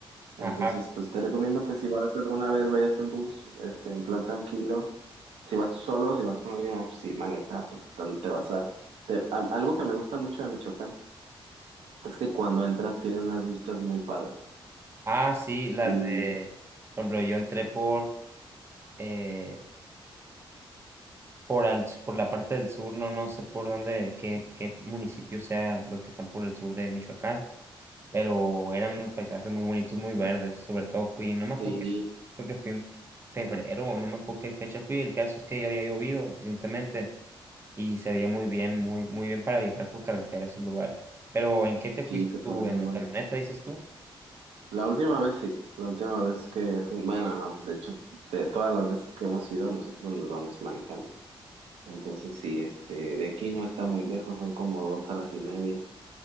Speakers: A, on the right; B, on the right.
A: Entonces,
B: Ajá,
A: pues te recomiendo que si vas alguna vez, vayas en bus, este, en plan tranquilo. Si vas solo, si vas con alguien más, pues sí, maneja, pues, tan- te vas a... te- a- algo que me gusta mucho de Michoacán es que cuando entras tiene unas vistas muy padres.
B: Ah, sí, las
A: Y
B: de, por ejemplo, yo entré por, eh, por, al, por la parte del sur, no, no sé por dónde, qué, qué municipios sean los que están por el sur de Michoacán, pero eran unos paisajes muy bonitos, muy verdes, sobre todo fui, no me acuerdo
A: sí,
B: que, creo que fui en febrero, o no me acuerdo qué fecha fui, el caso es que ya había llovido recientemente y se veía muy bien, muy, muy bien para viajar por carretera a esos lugares. Pero, ¿en qué te
A: sí,
B: fuiste
A: se pone
B: tú?
A: muy
B: ¿En
A: bonito.
B: la camioneta, dices tú?
A: La última vez sí, la última vez que, fui- bueno, no, de hecho, de todas las veces que hemos ido, nosotros nos vamos manejando. Entonces sí, este, de aquí no está muy lejos, son como dos horas y media.